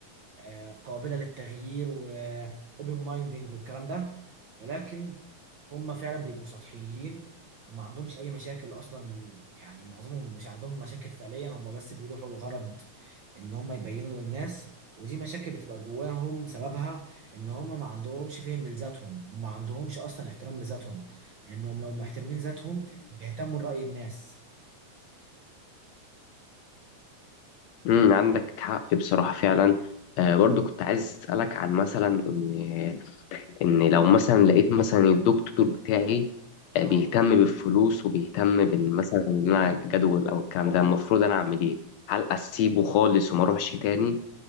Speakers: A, on the right (about 60°); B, on the left (about 75°).
A: آه، قابلة للتغيير وأوبن مايندنج والكلام ده ولكن هم فعلا بيبقوا سطحيين وما عندهمش أي مشاكل أصلا يعني معظمهم مش عندهم مشاكل فعليا هم بس بيروحوا الغرض إن هم يبينوا للناس ودي مشاكل بتبقى جواهم سببها إن هم ما عندهمش فهم لذاتهم وما عندهمش أصلا احترام لذاتهم لأنهم لو محترمين ذاتهم بيهتموا لرأي الناس
B: امم عندك حق بصراحة فعلا آه برضو كنت عايز أسألك عن مثلا إن إن لو مثلا لقيت مثلا الدكتور بتاعي
A: آه.
B: آه بيهتم بالفلوس وبيهتم بإن مثلا إن أنا جدول أو الكلام ده المفروض أنا أعمل إيه؟ هل أسيبه خالص وما أروحش تاني